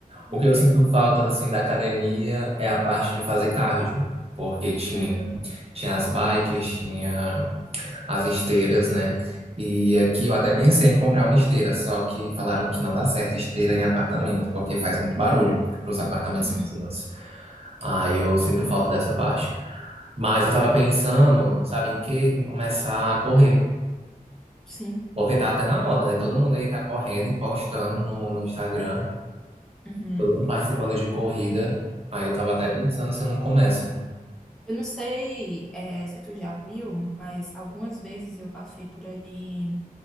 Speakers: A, on the right; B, in the centre.
A: O
B: Até.
A: que eu sinto falta assim da academia é a parte de fazer cardio, porque tinha
B: Hum,
A: tinha as bikes, tinha as esteiras, né? E aqui eu até pensei em comprar uma esteira, só que falaram que não dá certo esteira em apartamento, porque faz muito barulho para os apartamentos
B: uhum,
A: vizinhos. Aí eu sinto falta dessa parte. Mas eu tava pensando, sabe, em que em começar a correr,
B: sim.
A: porque tá até na moda, né? Todo mundo aí tá correndo e postando no, no Instagram,
B: Uhum.
A: todo mundo participando de corrida. Aí eu tava até pensando se eu não começo.
B: Eu não sei, eh, se tu já viu, mas algumas vezes eu passei por aí